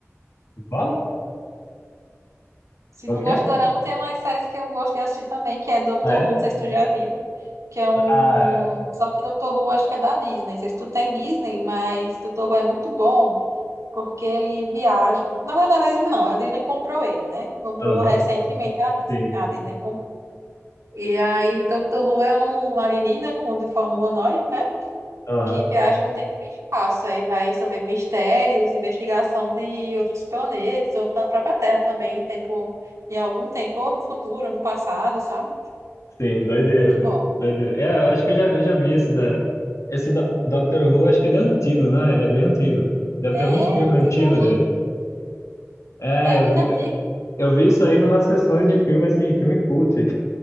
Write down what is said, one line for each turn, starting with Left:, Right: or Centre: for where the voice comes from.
Left: Qual?
Right: Se
Left: Qual
Right: não
Left: que
Right: gosta
Left: é?
Right: de dorama, tem umas séries que eu gosto de assistir também, que é Doctor
Left: Ah, é?
Right: Who, não sei se tu já viu. Que é um.
Left: Ah, é.
Right: Só que Doctor Who acho que é da Disney. Não sei se tu tem Disney, mas Doctor Who é muito bom, porque ele viaja. Na verdade, não é da Disney, não. A Disney comprou ele, né? Comprou
Left: aham,
Right: recentemente a Disney.
Left: sim.
Right: A Disney comprou. E aí, Doctor Who é um alienígena com de forma humanoide, né?
Left: Aham,
Right: que viaja no tempo e no espaço. Aí vai resolver mistérios, investigação de outros planetas, ou pra própria Terra também, um tempo, em algum tempo, ou no futuro, ou no passado, sabe?
Left: sim, doideira,
Right: Muito
Left: pô.
Right: bom.
Left: Doideira. É, eu acho que eu já, eu já vi esse da... Esse do, Doctor Who, acho que ele é antigo, né? Ele é bem antigo. Deve
Right: É
Left: ter algum filme
Right: antigão,
Left: antigo dele. É,
Right: é
Left: eu
Right: muito
Left: vi,
Right: antigo.
Left: eu vi isso aí numas sessões de filme, assim, filme cult.